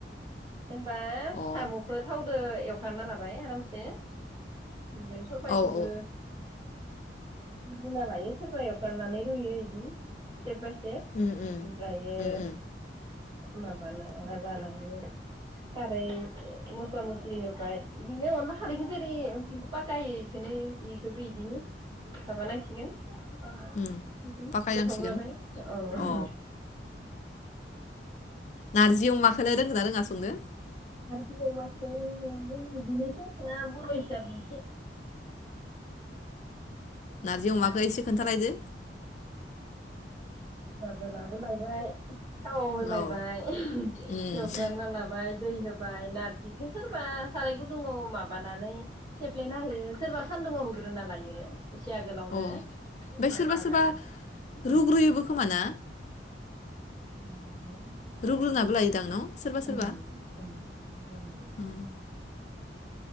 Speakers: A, on the right; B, on the left.
A: होनबा।
B: अ
A: सामखो थावदो एवफ्रामना लाबाय आरामसे। ओमफ्राय सबाइखौबो।
B: औ औ
A: रुना लायो सोरबा एवफ्रानानै रुयो इदि जे <unintelligible>
B: उम उम
A: ओमफ्रायो
B: उम उम
A: माबाना लानानै खारै मस्ला मस्लि होबाय बिदिनो अनला खारैखो जेरै पाखायो एखौनो एखौबो इदिनो माबानांसिगोन ओ
B: उम
A: बिदिनो
B: बाखायनांसिगोन
A: गोथाव जाबाय औ
B: अ नारजि अमाखौलाय
A: <unintelligible>
B: <unintelligible>
A: नारजि अमाखौ आंबो बिदिनोसै बर' हिसाब एसे
B: नारजि अमाखौ
A: नारजिखौ
B: एसे खोन्थालायदो
A: <inaudible> बाबो लाबोलायबाय थाव होलायबाय
B: औ उम
A: एवफ्रामना
B: अ
A: लाबाय दै होबाय नारजिखो सोरबा साराय गुदुंङाव माबानानै सेफ्लेना होयो सोरबा सानदुंङाव होग्रोना लायो एसे आगोलावनो
B: ओमफ्राय
A: सुना
B: सोरबा
A: लानानै
B: सोरबा रुग्रोयोबो
A: उम
B: खोमा ना
A: <unintelligible> माने
B: रुग्रोनाबो
A: उम
B: लायोदां न' सोरबा
A: उम
B: सोरबा
A: <unintelligible>
B: उम